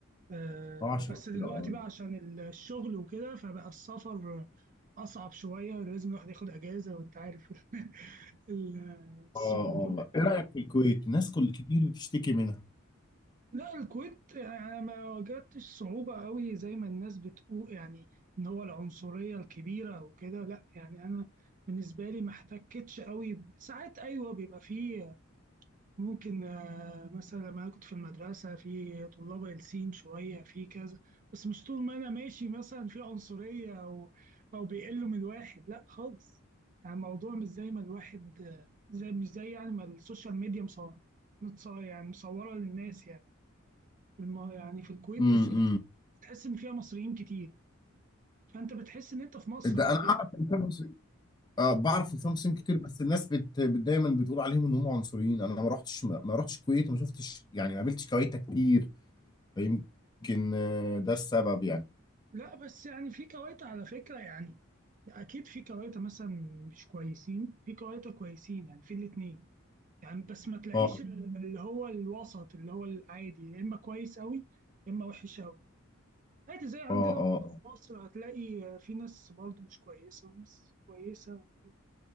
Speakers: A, on the right; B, on the left.
A: آه
B: أه عشان
A: بس دلوقتي
B: كده أه
A: بقى عشان الشغل وكده فبقى السفر اصعب شويه لازم الواحد ياخد اجازه وانت عارف <laughs> ال- الصعوبه
B: أه أه إيه رأيك في الكويت؟ ناس كل كتير بتشتكي منها
A: لا الكويت انا ما واجهتش صعوبه قوي زي ما الناس بتقول يعني ان هو العنصريه الكبيره وكده لا يعني انا بالنسبه لي ما احتكتش قوي ساعات ايوه بيبقى فيه ممكن آه، مثلا لما أنا كنت في المدرسة في طلاب قلسين شوية في كذا بس مش طول ما أنا ماشي مثلا في عنصرية أو أو بيقلوا من الواحد لا خالص يعني الموضوع مش زي ما الواحد آه، زي مش زي يعني ما السوشيال ميديا مصورة متصور يعني مصورة للناس يعني الم... يعني في الكويت
B: امم
A: بالذات بتحس إن فيها مصريين كتير فأنت بتحس إن أنت في مصر
B: ده
A: غالبا
B: أنا أعرف إن فيها مسلمين أه بعرف
A: أو-
B: إن فيها مسلمين كتير بس الناس بت... بت دايما بتقول عليهم إن هم عنصريين أنا ما رحتش ما ما رحتش الكويت وما شفتش يعني ما قابلتش كويتة كتير فيمكن آه، ده السبب يعني
A: لا بس يعني في كويت على فكرة يعني اكيد في كواتة مثلا مش كويسين في كواتة كويسين يعني في الاتنين يعني بس ما تلاقيش
B: أه
A: ال- اللي هو الوسط اللي هو العادي يا اما كويس قوي يا اما وحش قوي عادي زي عندنا
B: أه أه
A: في
B: آه.
A: مصر هتلاقي في ناس برضو مش كويسة وناس كويسة وكده